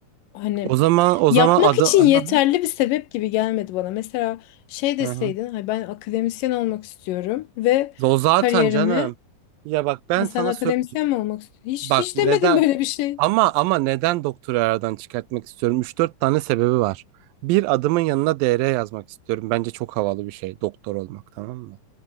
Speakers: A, on the left; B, on the right.
A: hani
B: O zaman o
A: yapmak
B: zaman adım
A: için
B: Aha,
A: yeterli bir sebep gibi gelmedi bana. Mesela şey deseydin
B: hı hı.
A: "Hayır, ben akademisyen olmak istiyorum ve
B: O zaten
A: kariyerime
B: canım. Ya bak ben
A: ha sen
B: sana
A: akademisyen
B: söyleyeyim.
A: mi olmak istiyorsun? Hiç,
B: Bak
A: hiç
B: neden
A: demedin böyle bir şey.
B: ama ama neden doktoru aradan çıkartmak istiyorum? üç dört tane sebebi var. Bir adımın yanına DR yazmak istiyorum. Bence çok havalı bir şey doktor olmak tamam mı?